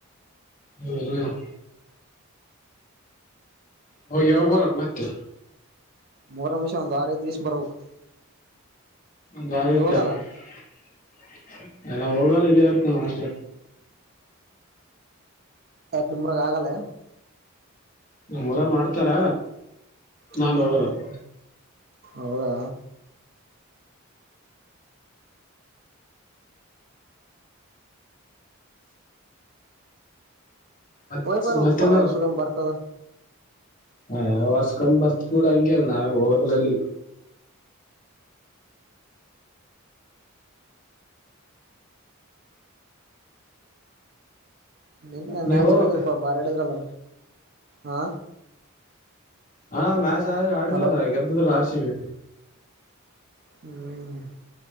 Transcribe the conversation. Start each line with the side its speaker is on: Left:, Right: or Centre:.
Left: ಹ್ಮ್ ಹ್ಮ್ ಹೋಗಿ ಯಾವಾಗ ಬರತ್ತ ಮತ್ತೆ
Right: ಮೂರು ನಿಮಿಷ ಒಂದು ಆರೈದು ದಿವಸ ಬರ್ಬೇಕು
Left: ಒಂದು ಆತಲ್ಲ
Right: ನೀವ್ ಹೋಗಲ್ಲ
Left: <inaudible> ಎಲ್ಲ ಹೋಗಾಲ ಇಲ್ಲವರ್ ಮಸ್
Right: ಎ ನುಂಬರ ಆಗಲ್ಲ
Left: ನಮ್ಮ ಊರ ಮಾಡ್ತಾರ
Right: ಹ್ಮ್
Left: ನಾಾನು
Right: ಹ್ಮ್
Left: ಅದಲ್ಲ <inaudible>
Right: ಹೌದಾ
Left: ಮತ್
Right: ಹೊಯ್ ಬರ್ಕ್
Left: ಮತ್ತೇನ್
Right: ಬ ವರ್ಷದ್ ಬರ್ತದ
Left: ಹಾವ ವರ್ಸ್ಕಂದ್ ಬರ್ತ್ ಕೂಡ ಹಂಗಗೆ ನಾವೇ ಹೋಗದ್ರ ಅಲ್ಲಿ
Right: ನೀನ್
Left: ನೀವ್
Right: ಮ್ಯಾಚ್
Left: ಹೋಗ್ಬೇಕ್
Right: ಹೇಳಡಿದ್ರಪ್ಪಾ ಬಾರಿ ಹಡಿದ್ರಲ್ಲ ಹಾ
Left: ಹಾ ಮ್ಯಾಚ್ ಆದ್ರ ಆಡಿದ್ರಲ್ಲ
Right: ಹಲೋ
Left: ಗೆದ್ದದ್ರಲ್ಲ ಆರ್ಶಿವ
Right: ನೀನು